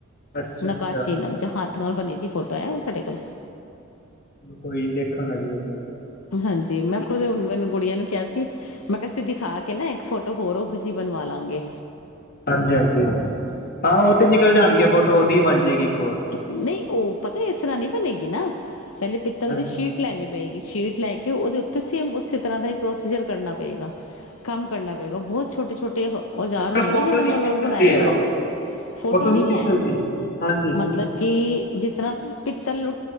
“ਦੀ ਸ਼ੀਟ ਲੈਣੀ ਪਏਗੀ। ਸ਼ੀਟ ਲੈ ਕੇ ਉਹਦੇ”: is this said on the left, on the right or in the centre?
Left